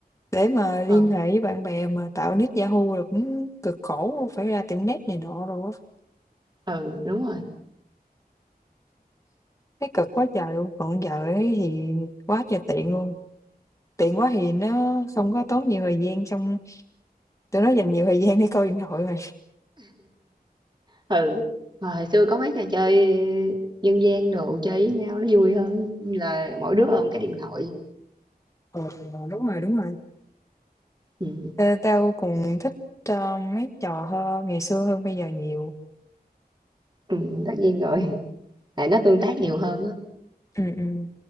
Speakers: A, on the left (about 20°); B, on the right (about 25°).
A: để mà liên
B: ờ
A: hệ với bạn bè mà tạo nick Yahoo là cũng cực khổ phải ra tiệm net này nọ rồi á.
B: ừ đúng rồi
A: Thấy cực quá trời luôn, còn giờ ấy thì quá trời tiện luôn, tiện quá thì nó không có tốn nhiều thời gian, xong tụi nó dành nhiều thời gian để coi điện thoại mà.
B: ừ mà hồi xưa có mấy trò chơi dân gian đồ chơi với nhau nó vui hơn là mỗi đứa ôm cái điện thoại
A: Ừ, đúng rồi, đúng rồi.
B: ừ,
A: Ê, tao cũng thích, ơ, mấy trò hơn ngày xưa hơn bây giờ nhiều.
B: ừ tất nhiên rồi tại nó tương tác nhiều hơn á
A: Ừm, ừm.